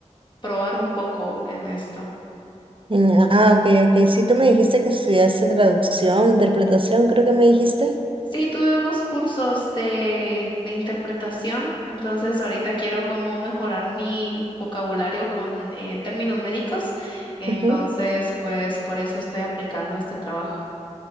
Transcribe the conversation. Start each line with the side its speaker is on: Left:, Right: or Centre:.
Left: probar un poco en esto.
Right: Mm, Ah, ok, ok. Sí, tú me dijiste que estudiaste traducción, interpretación, creo que me dijiste.
Left: Sí, tuve unos cursos de, de interpretación, entonces ahorita quiero como mejorar mi vocabulario con eh, términos médicos, entonces
Right: Ujú.
Left: pues por eso estoy aplicando este trabajo.